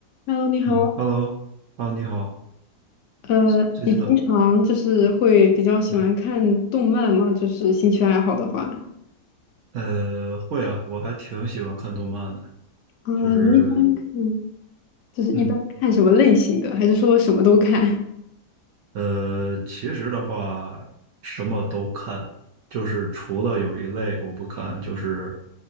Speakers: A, on the left; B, on the right.
A: Hello，你好。
B: 嗯，Hello，Hello，你好，
A: 呃，
B: 最近怎么
A: 你平常就是会比较喜欢看动漫吗？
B: 嗯，
A: 就是兴趣爱好的话，
B: 呃，会啊，我还挺喜欢看动漫的，
A: 啊、
B: 就是，
A: 你一般看就是一般看什么类型的？
B: 嗯，
A: 还是说什么都看？
B: 呃，其实的话，什么都看，就是除了有一类我不看，就是